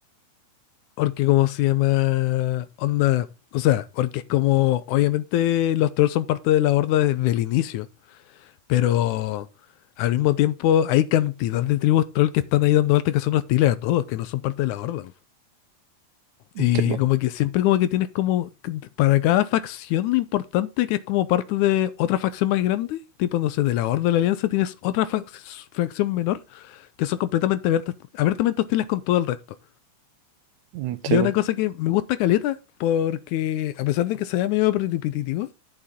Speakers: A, on the left; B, on the right.
A: Porque como se llama onda, o sea, porque es como, obviamente los trolls son parte de la Horda desde el inicio. Pero al mismo tiempo hay cantidad de tribus troll que están ahí dando vueltas que son hostiles a todos, que no son parte de la horda. Y
B: Sí, po.
A: como que siempre como que tienes como que t- para cada facción importante que es como parte de otra facción más grande, tipo no sé, de la Horda de la Alianza tienes otra fac- facción menor que son completamente abiertas, abiertamente hostiles con todo el resto.
B: Mm,
A: Y
B: sí,
A: es
B: po.
A: una cosa que me gusta caleta, porque a pesar de que sea medio repetitivo,